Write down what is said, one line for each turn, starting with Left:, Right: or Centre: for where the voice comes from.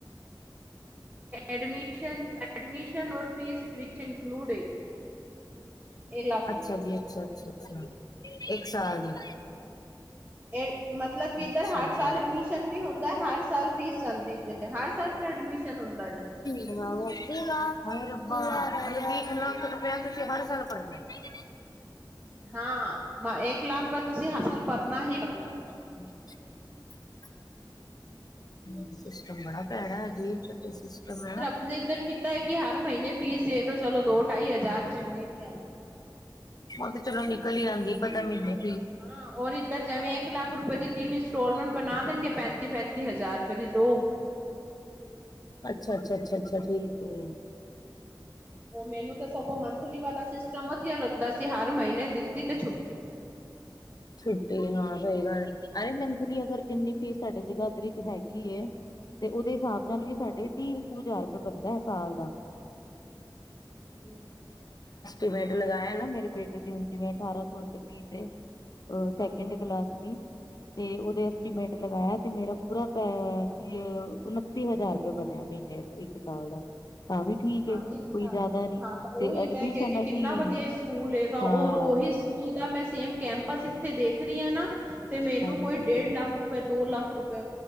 Right: ਐਡਮਿਸ਼ਨ ਐਡਮਿਸ਼ਨ ਔਰ ਫ਼ੀਸ। ਵਿੱਚ ਇਨਕਲੂਡ ਹੈਗੀ, ਏ ਲਖ
Left: ਅੱਛਾ ਜੀ, ਅੱਛਾ ਅੱਛਾ ਅੱਛਾ ਇੱਕ ਸਾਲ ਦੀ।
Right: ਏ ਮਤਲਬ ਕੀ ਏਧਰ
Left: ਅੱਛਾ
Right: ਹਰ
Left: ਜੀ
Right: ਸਾਲ ਐਡਮਿਸ਼ਨ ਵੀ ਹੁੰਦਾ, ਹਰ ਸਾਲ ਫ਼ੀਸ ਜਾਂਦੀ ਜੇ। ਤੇ ਹਰ ਸਾਲ ਐਡਮਿਸ਼ਨ ਹੁੰਦਾ ਜੇ।
Left: <unintelligible>
Right: ਹਾਂ ਹਾਂ ਮ ਇੱਕ ਲੱਖ ਰੁਪਿਆ ਤੁਸੀਂ ਹਰ ਸਾਲ ਭਰਨਾ ਹੀ ਭਰਨਾ ਵਾ।
Left: ਅੱਛਾ! ਹੂੰ ਸਿਸਟਮ ਬੜਾ ਭੈੜਾ ਐ ਜੀ ਅਜੀਬ ਤੇ ਸਿਸਟਮ ਹੈ ਨਾ।
Right: ਹੁੁਣ ਏਧਰ ਕਿਧਾ ਐ ਕੀ ਹਰ ਮੀਨੇ ਫੀਸ ਦੇ ਦੋ, ਚਲੋ ਦੋ ਢਾਈ ਹਜ਼ਾਰ ਜਿੰਨੇ ਵੀ ਹਨ।
Left: ਓ ਤੇ ਚਲੋ ਨਿਕਲ ਈ ਆਂਦੀ ਪਤਾ ਮੈਨੂੰ।
Right: ਹਾਂ ਔਰ ਇੱਧਰ ਜੇਵੇਂ। ਇੱਕ ਲੱਖ ਰੁਪਏ ਦੀ ਤਿੰਨ ਇੰਸਟਾਲਮੈਂਟ ਬਣਾ ਦੇਣਗੇ ਪੈਂਤੀ- ਪੈਂਤੀ ਹਜ਼ਾਰ ਰੁਪਏ ਦੀ ਦੋ।
Left: ਅੱਛਾ ਅੱਛਾ ਅੱਛਾ ਅੱਛਾ ਠੀਕ ਏ।
Right: ਓ ਮੈਨੂੰ ਤੇ ਸਗੋਂ ਮੰਥਲੀ ਵਾਲਾ ਸਿਸਟਮ ਵਧੀਆ ਲੱਗਦਾ ਸੀ, ਹਰ ਮਹੀਨੇ ਦਿੱਤੀ ਤੇ ਛੁੱਟੀ।
Left: ਛੁੱਟੀ ਹਾਂ ਸਈ ਗੱਲ ਐ, ਅਰੇ ਮੰਥਲੀ ਅਗਰ ਜਿੰਨੀ ਫੀਸ ਸਾਡੇ ਜਗਾਦਰੀ 'ਚ ਹੈਗੀ ਏ। ਤੇ ਓਦੇ ਹਿਸਾਬ ਨਾਲ ਵੀ, ਸਾਡੇ ਤੀਹ ਕੁ ਹਜ਼ਾਰ ਰੁਪਇਆ ਬਣਦਾ ਐ ਸਾਲ ਦਾ।
Right: ਹੂੰ,
Left: ਈਵੇੈਂਟ ਲਗਾਇਆ ਨਾ, ਮੇਰੇ ਬੇਟੇ ਦੀ ਹੁਣ ਜਿਵੇਂ ਅਠਾਰਾਂ ਸੌ ਰੁਪਏ ਫੀਸ ਏ ਸੈਕਿੰਡ
Right: ਹਾਂ ਹਾਂ
Left: ਕਲਾਸ। ਦੀ। ਤੇ ਓਦੇ ਐਸਟੀਮੇਟ ਲਗਾਇਆ, ਤੇ ਮੇਰਾ ਪੂਰਾ ਅਹ ਉਨੱਤੀ ਹਜ਼ਾਰ ਰੁਪਏ ਬਣਿਆ ਮਹੀਨੇ। ਇੱਕ ਸਾਲ ਦਾ ਤਾਂ ਵੀ। ਠੀਕ
Right: ਹਾਂ!
Left: ਏ ਕੋਈ
Right: ਇੱਕ ਸਾਲ
Left: ਜ਼ਿਆਦਾ ਨੀ
Right: ਹਾਂ ਤਾਂ
Left: ਤੇ
Right: ਓਹੀ
Left: ਐਡਮਿਸ਼ਨ
Right: ਮੈਂ ਕੈਂਦੀ ਆਂ ਕਿੰਨਾ
Left: ਅਸੀਂ
Right: ਵਧੀਆ ਸਕੂਲ ਹੈਗਾ
Left: ਹਾਂ
Right: ਔਰ ਓਹੀ। ਸਕੂਲ ਦਾ ਮੈਂ ਸੇਮ ਕੈਂਪਸ ਇੱਥੇ ਦੇਖ ਰੀ ਆਂ ਨਾ ਤੇ ਮੈਨੂੰ
Left: ਹਾਂਜੀ
Right: ਕੋਈ ਡੇਢ ਲੱਖ। ਪਰ ਦੋ ਲੱਖ ਰੁਪਇਆ।